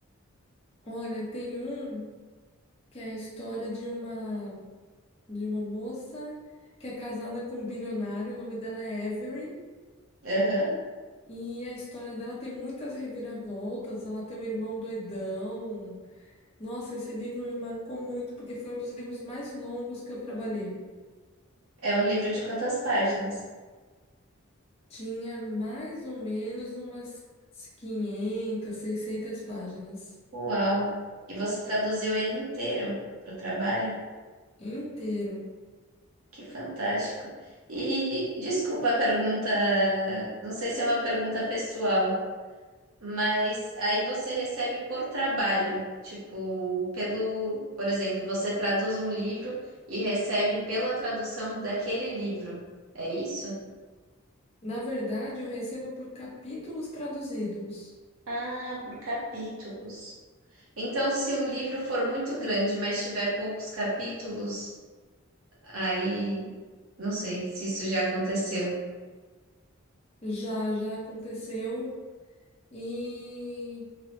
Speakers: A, on the left; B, on the right.
A: Olha, tem um que é a história de uma de uma moça que é casada com um bilionário, o nome dela é Avery,
B: Aham.
A: e a história dela tem muitas reviravoltas, ela tem um irmão doidão. Nossa, esse livro me marcou muito porque foi um dos livros mais longos que eu trabalhei.
B: É um livro de quantas páginas?
A: Tinha mais ou menos umas 500, 600 páginas
B: Uau! E você traduziu ele inteiro para o trabalho?
A: inteiro.
B: Que fantástico! E desculpa a pergunta, não sei se é uma pergunta pessoal, mas aí você recebe por trabalho, tipo, pelo, por exemplo, você traduz um livro e recebe pela tradução daquele livro. É isso?
A: Na verdade, eu recebo por capítulos traduzidos.
B: Ah, por capítulos. Então, se um livro for muito grande, mas tiver poucos capítulos, Aí, não sei se isso já aconteceu.
A: Já, já aconteceu e,